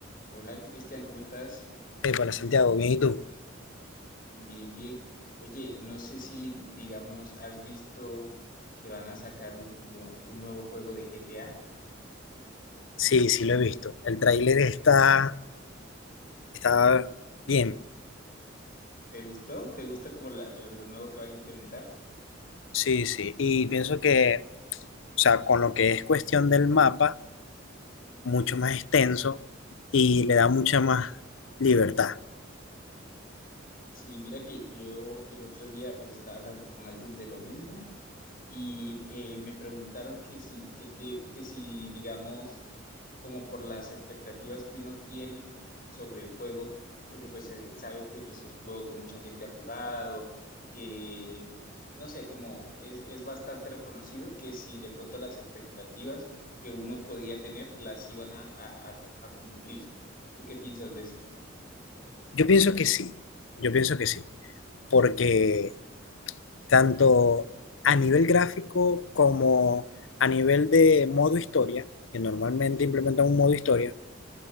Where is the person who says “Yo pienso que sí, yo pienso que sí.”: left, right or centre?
Left